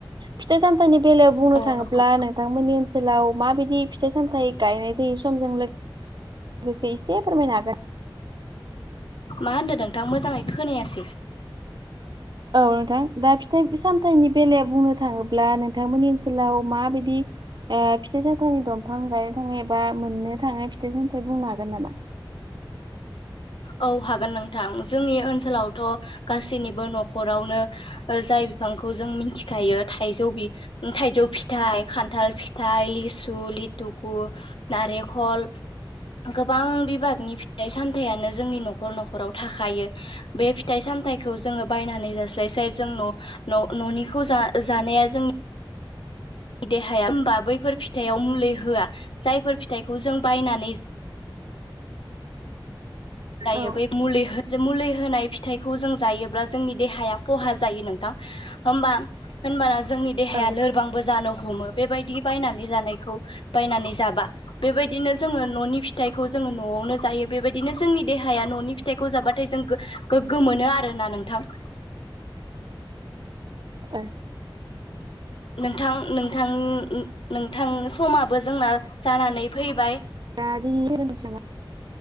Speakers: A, on the right; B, on the left.
A: फथा जानथानि बेलायाव बुंनो
B: औ
A: थाङोब्ला
B: नोंथां
A: नोंथांमोननि ओनसोलाव माबायदि फिथाइ सामथायाइ गायनाय जाय समजों सम'जों लोग गोसे एसे फोरमायनो हागोन।
B: मा होन्दों नोंथां मोजाङै खोनायासै?
A: औ नोंथां दा फिथाइ सामथाइनि बेलायाव बुंनो थाङोब्ला नोंथांमोननि ओनसोलाव माबायदि? ओ फिथाइ सामथाइनि दंफां गायनो थाङो ए बा मोननो थाङो फिथाइ सामथायाइ बुंनो हागोन नामा?
B: <inaudible> औ हागोन नोंथां जोंनि ओनसोलावथ' गासैनिबो न'खरावनो जाय जाय बिफांखौ जों मिथिखायो थायजै बि थायजै फिथाय खान्थाल फिथाय लिसु ल लिटक नारेखल गोबां बिबागनि फिथाय सामथायानो जोंनि न'खर न'खराव थाखायो बे फिथाइ सामथायाइखौ जोङो बायनानै जास्लायस्लाय जों न' न' न'निखौ जा जानाया जों देहाया होमबा बैफोर फिथाइआव मुलि होआ जायफोर फिथाइखौ जों बायनानै <inaudible> जायो
A: औ
B: बै मुलिहो मुलि होनाय फिथाइखौ जों जायोब्ला जोंनि देहाया खहा जायो नोंथां। होमबा होमबा जोंनि देहाया
A: औ
B: लोरबांबो जानो हमो बेबादि बायबनानै जानायखै बायनानै जाबा बेबायदिनो जोङो निनि फथायखै जा <inaudible> न'आवनो जायो बेबायदिनो जोंनि देहाया न'नि फिथाइखौ जाबाथाय जों गो गोगो मोनो आरोोना नोंथां। <inaudible>
A: ए
B: नोंथां नोंथां नोंथां समाबो जोंना जानानै फैबाय।
A: दा <inaudible> <inaudible>